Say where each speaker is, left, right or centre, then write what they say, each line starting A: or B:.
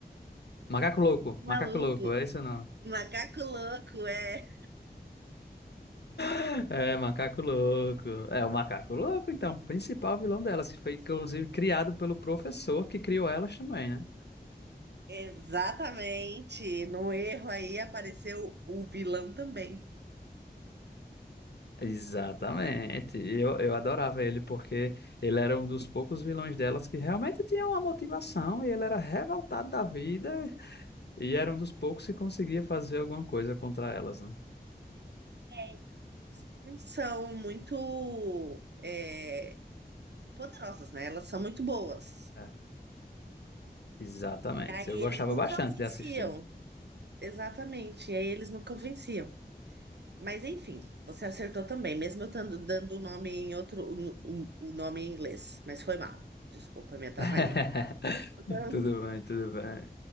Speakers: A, on the left (about 75°); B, on the right (about 75°).
A: Macaco louco, macaco
B: Maluco,
A: louco, é isso ou não?
B: macaco louco, é.
A: <laughs> É, macaco louco. É o macaco louco, então, principal vilão delas, que foi inclusive criado pelo professor que criou elas também, né?
B: Exatamente. No erro aí apareceu o vilão também.
A: Exatamente. E Eu, eu adorava ele porque ele era um dos poucos vilões delas que realmente tinha uma motivação e ele era revoltado da vida e era um dos poucos que conseguia fazer alguma coisa contra elas, né?
B: É. São muito, é, poderosas, né? Elas são muito boas.
A: É, exatamente.
B: E aí
A: Eu gostava
B: eles nunca
A: bastante
B: venciam.
A: de assistir.
B: Exatamente. E aí eles nunca venciam. Mas enfim, você acertou também, mesmo eu estando dando o nome em outro, o, o- o nome em inglês. Mas foi mal. Desculpa, me atrapalhei.
A: <laughs>
B: <laughs> Vamos
A: Tudo bem, tudo bem.